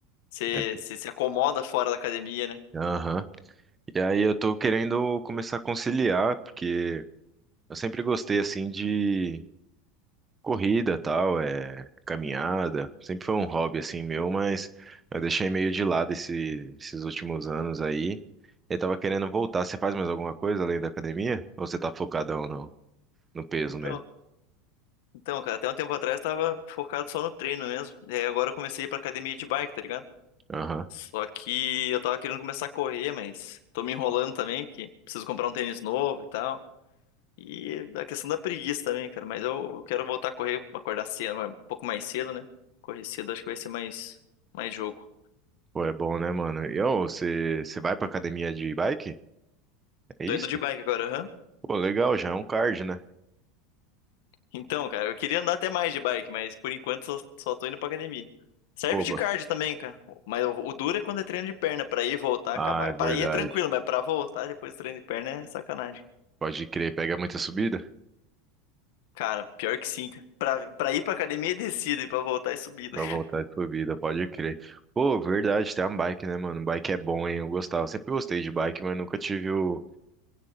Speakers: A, on the left (about 70°); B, on the right (about 20°).
A: Você
B: É,
A: você se acomoda fora da academia, né?
B: Aham. E aí eu tô querendo começar a conciliar, porque eu sempre gostei, assim, de corrida, tal, é, caminhada. Sempre foi um hobby, assim, meu, mas eu deixei meio de lado esse- esses últimos anos aí. Eu tava querendo voltar. Você faz mais alguma coisa além da academia? Ou você tá focadão no, no peso
A: Então,
B: mesmo?
A: então, cara, até um tempo atrás eu tava focado só no treino mesmo. E aí agora eu comecei a ir pra academia de bike, tá ligado?
B: Aham.
A: Só que eu tava querendo começar a correr, mas tô me enrolando também, que preciso comprar um tênis novo e tal. E a questão da preguiça também, cara. Mas eu, eu quero voltar a correr, acordar cedo, um pouco mais cedo, né? Correr cedo acho que vai ser mais, mais jogo.
B: Pô, é bom, né, mano? E, ô, você, você vai pra academia de bike? É
A: Tô
B: isso?
A: indo de bike agora, aham.
B: Pô, legal, já é um card, né?
A: Então, cara, eu queria andar até mais de bike, mas por enquanto só, só tô indo pra academia. Serve
B: Boba.
A: de cardio também, cara. Mas o, o duro é quando é treino de perna, pra ir e voltar,
B: Ah,
A: acabar.
B: é verdade.
A: Pra ir é tranquilo, mas pra voltar depois do treino de perna é sacanagem.
B: Pode crer, pega muita subida
A: Cara, pior que sim, cara. Pra, pra ir pra academia é descida e pra voltar é subida.
B: pra voltar de subida, pode crer. Pô, verdade, tem uma bike, né, mano? Bike é bom, hein? Eu gostava. Sempre gostei de bike, mas nunca tive o